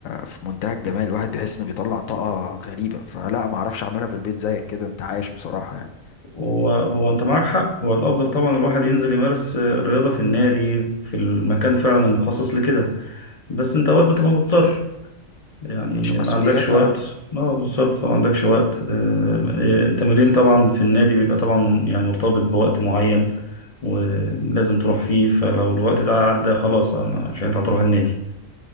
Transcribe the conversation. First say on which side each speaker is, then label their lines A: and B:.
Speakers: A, on the left; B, on the left.
A: في منتهى الجمال الواحد بيحس انه بيطلع طاقة غريبة فلا ما اعرفش اعملها في البيت زيك كده انت عايش بصراحة يعني
B: هو هو انت معاك حق هو الافضل طبعا الواحد ينزل يمارس آه، الرياضه في النادي في المكان فعلا المخصص لكده بس انت اوقات بتبقى مضطر يعني
A: عشان مسؤوليات
B: ما عندكش وقت
A: بقى
B: اه بالظبط ما عندكش وقت آه، آه، التمرين طبعا في النادي بيبقى طبعا يعني مرتبط بوقت معين ولازم تروح فيه فلو الوقت ده عدى خلاص آه، مش هينفع تروح النادي